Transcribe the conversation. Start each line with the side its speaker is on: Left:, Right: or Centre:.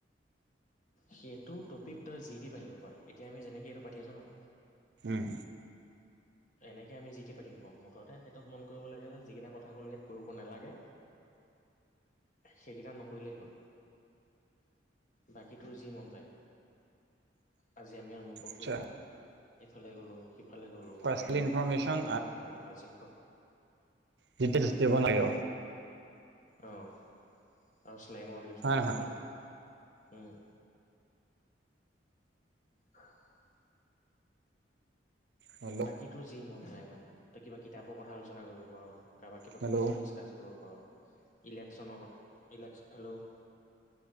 Left: সেইটো টপিক তই জি টি পাতিব পাৰ এতিয়া আমি যেনেকৈ এইটো পাতি আছ ন'।
Right: উম।
Left: এনেকে আমি যিতি পাতি থাকওঁ মুঠতে সিহঁতক মন কৰিব লাগে যে যিকেইটা কথা ক ইয়াত কৰিব নালাগে সেইকেইটা নকৰিলেই হ'ল। বাকী তোৰ যি মন যায়। আজি আমি আমুকত
Right: আচ্ছা
Left: গ'লো এইফালে গ'লো। সিফালে গ'লোঁ
Right: পাৰ্চনেল
Left: আজি আমি এইটো
Right: ইনফৰমেশ্যন
Left: খাম সেইটো খাম আজি ক
Right: যেতিয়া জষ্ট্ত <unintelligible> হব লাগিব
Left: অ', আৰু শ্লেং ৱৰ্দ ইউজ
Right: হয়
Left: নকৰিলেই
Right: নহয়
Left: হ'ল। উম। অ <unintelligible>
Right: হেল্ল'
Left: বাকী তো যি মন যায় মানে, তই কিবা কিতাপৰ কথা আলোচনা কৰিব পাৰ'। কাৰোবাক কিবা
Right: হেল্ল'
Left: কুৱেশ্যন ডিছকাছ কৰিব পাৰ' ইলেকশ্যনৰ কথা ইলেকশ্যন, হেল্ল'।